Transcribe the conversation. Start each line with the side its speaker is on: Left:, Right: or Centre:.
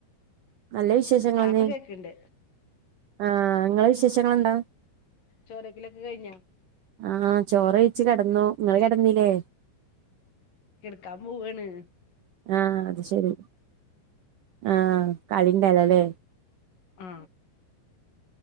Right: നല്ല വിശേഷ
Left: ആ
Right: അതെ
Left: ഇപ്പൊ കേക്ക്ണ്ട്
Right: ആ നിങ്ങളെ വിശേഷങ്ങൾ എന്താ
Left: ചോറവേക്കിലൊക്കെ കഴിഞ്ഞോ
Right: ആഹ ചോറ്ഴിച്ചച്ച് കിടന്നു നിങ്ങൾ കിടന്നില്ലേ
Left: കിടക്കാം പോവുവണ്
Right: ആഹ അത് ശരി ആഹ കളിന്റെലല്ലേ
Left: ആ